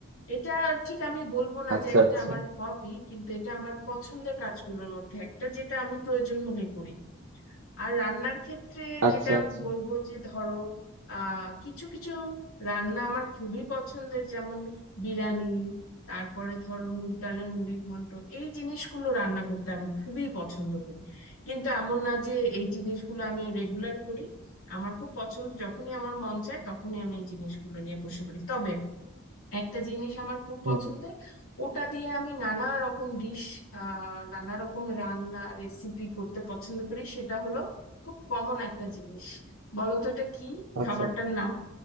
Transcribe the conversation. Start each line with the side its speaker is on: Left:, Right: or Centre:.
Left: এটা ঠিক আমি বলবো না
Right: আচ্ছা
Left: যে একটা
Right: আচ্ছা
Left: আমার হবি কিন্তু এটা আমার পছন্দের কাজগুলোর মধ্যে একটা যেটা আমি প্রয়োজন হলে করি আর রান্নার ক্ষেত্রে
Right: আচ্ছা
Left: যেটা আমি
Right: আচ্ছা
Left: বলবো যে ধরো আহ কিছু কিছু রান্না আমার খুবই পছন্দের যেমন বিরিয়ানি তারপরে ধরো মুগ ডালের মুড়ি ঘন্ট এই জিনিসগুলো রান্না করতে আমি খুবই পছন্দ করি কিন্তু এমন না যে এই জিনিসগুলো আমি রেগুলার করি আমার খুব পছন্দ যখনই আমার মন চায় তখনই আমি এই জিনিসগুলো নিয়ে বসে পড়ি তবে একটা জিনিস আমার খুব
Right: হুম
Left: পছন্দের
Right: হুম,
Left: ওটা দিয়ে আমি নানা রকম ডিশ আহ নানা রকম রান্না রেসিপি করতে পছন্দ করি সেটা হলো খুব কমন একটা জিনিস বলো তো এটা কি খাবারটার
Right: আচ্ছা
Left: নাম